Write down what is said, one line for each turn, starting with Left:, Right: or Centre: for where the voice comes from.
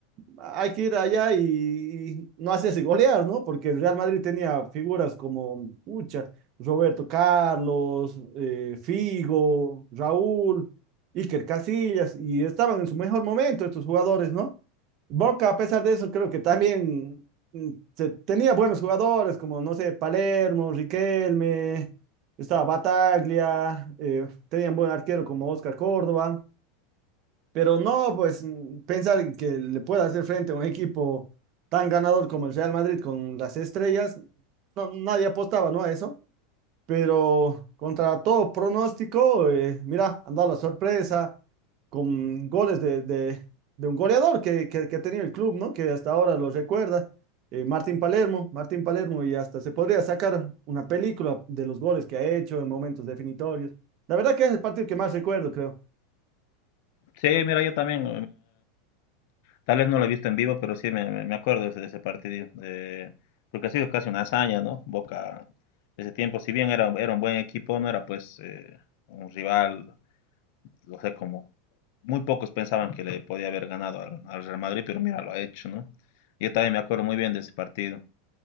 Right: hay que ir allá y, y no hacerse golear, ¿no? Porque el Real Madrid tenía figuras como, muchas, Roberto Carlos, eh, Figo, Raúl, Iker Casillas, y estaban en su mejor momento estos jugadores, ¿no? Boca, a pesar de eso, creo que también mm, se- tenía buenos jugadores, como, no sé, Palermo, Riquelme, estaba Bataglia, eh, tenía un buen arquero como Oscar Córdoba, pero no, pues, mm, pensar en que le pueda hacer frente a un equipo tan ganador como el Real Madrid con las estrellas, no, nadie apostaba, ¿no? A eso, pero contra todo pronóstico, eh, mira, han dado la sorpresa, con goles de, de, de un goleador que, que, que, ha tenido el club, ¿no? Que hasta ahora lo recuerda, eh, Martín Palermo, Martín Palermo, y hasta se podría sacar una película de los goles que ha hecho en momentos definitorios. La verdad que es el partido que más recuerdo, creo.
Left: Sí, mira, yo también Tal vez no lo he visto en vivo, pero sí me, me- me acuerdo de ese, de ese partido. eh, porque ha sido casi una hazaña, ¿no? Boca, ese tiempo, si bien era, era un buen equipo, no era pues eh, un rival, o sea, como muy pocos pensaban que le podía haber ganado al, al Real Madrid, pero mira, lo ha hecho, ¿no? Yo también me acuerdo muy bien de ese partido.